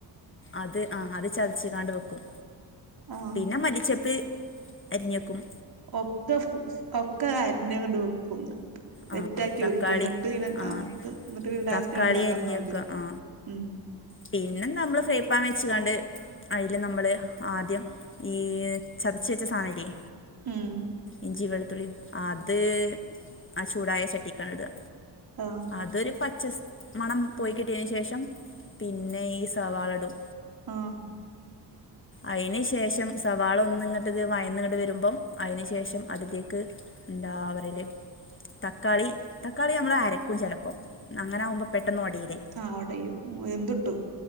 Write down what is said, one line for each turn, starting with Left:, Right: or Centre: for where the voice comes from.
Left: അത് ആഹ അത് ചതച്ചങ്ങാണ്ട് വെക്കും
Right: ആഹ്
Left: പിന്നെ മല്ലിച്ചപ്പ് അരിഞ്ഞെക്കും
Right: ഒക്കെ ഒക്കെ അരിഞ്ഞങ്ങണ്ട് വെക്കുംന്ന് സെറ്റക്കി
Left: ആ തക്കാളി
Right: വെക്കും ഇന്നട്ട് പിനെ
Left: ആ
Right: ആഹ് ഇന്നിട്ട് പി ലാസ്റ്റഡ്
Left: തക്കാളി
Right: ഇണ്ടാക്കാൻ
Left: അരിഞ്ഞ്
Right: നിന്നാമതില്ലോ
Left: വെക്കുക ആ
Right: ഉം
Left: പിന്നെ നമ്മള് ഫ്രേപ്പാൻ വെച്ച്ങ്ങാണ്ട് അയില് നമ്മള് ആദ്യം ഈ ചതച്ച വെച്ച സാധനല്ല്യ
Right: ഉം
Left: ഇഞ്ചി വെളുത്തുള്ളി അത് ആ ചൂടായ ചട്ടിക്കാണ്ടിടാ
Right: ആഹ
Left: അതൊരു പച്ച മണം പോയി കിട്ടിയതിന് ശേഷം പിന്നെ ഈ സവാളടും
Right: ആഹ്
Left: ആയിന് ശേഷം സവാള ഒന്നിങ്ങട് വഴന്നയിങ്ങട് വരുമ്പോൾ അയിനു ശേഷം അതിലേക്ക് എന്താ പറയല് തക്കാളി തക്കാളി നമ്മള് അരക്കും ചിലപ്പോം അങ്ങനെ ആകുമ്പോ പെട്ടെന്ന്ഒടയിലെ
Right: ആ ഒടയും വെന്ത് കിട്ടും